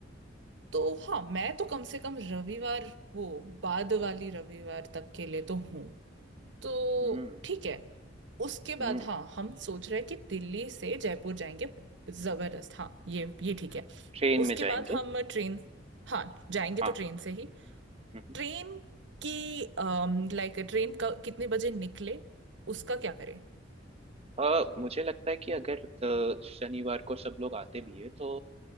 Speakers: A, on the right; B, on the right.
A: तो हाँ मैं तो कम से कम रविवार वो बाद वाली रविवार तक के लिए तो हूँ तो
B: हम्म
A: ठीक है उसके बाद
B: हम्म
A: हाँ हम सोच रहे हैं कि दिल्ली से जयपुर जाएंगे जबरदस्त हाँ ये ये ठीक है
B: ट्रेन
A: उसके
B: में जाएंगे
A: बाद हम ट्रेन हाँ जाएंगे
B: हाँ
A: तो ट्रेन से ही
B: हम्म, हम्म।
A: ट्रेन की लाइक ट्रेन का कितने बजे निकले उसका क्या करें
B: अ, मुझे लगता है कि अगर अ, शनिवार को सब लोग आते भी है तो